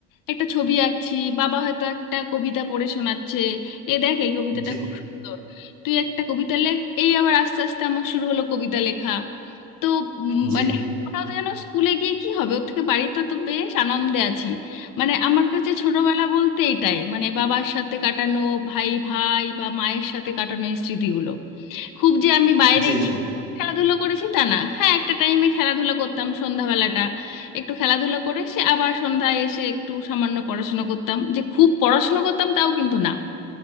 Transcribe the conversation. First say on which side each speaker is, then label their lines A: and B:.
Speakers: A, on the left (about 55°); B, on the right (about 75°).
A: একটা ছবি আঁকছি বাবা হয়তো একটা কবিতা পড়ে শোনাচ্ছে এ দেখ এই কবিতাটা
B: জি
A: খুব সুন্দর তুই একটা কবিতা লেখ এই আবার আস্তে আস্তে আমার শুরু হলো কবিতা লেখা তো উম,
B: জি
A: মানে মনে হতো যেন স্কুলে গিয়ে কি হবে ওর থেকে বাড়িতে তো বেশ আনন্দে আছি মানে আমার কাছে ছোটবেলা বলতে এটাই মানে বাবার সাথে কাটানো ভাই ভাই বা মায়ের সাথে কাটানো এই স্মৃতিগুলো খুব যে আমি বাইরে
B: জি
A: গিয়ে
B: জি
A: খেলাধুলো করেছি তা না হ্যাঁ একটা টাইমে খেলাধুলা করতাম সন্ধ্যাবেলাটা একটু খেলাধুলো করে সে আবার সন্ধ্যায় এসে একটু সামান্য পড়াশোনা করতাম যে খুব পড়াশোনা করতাম তাও কিন্তু না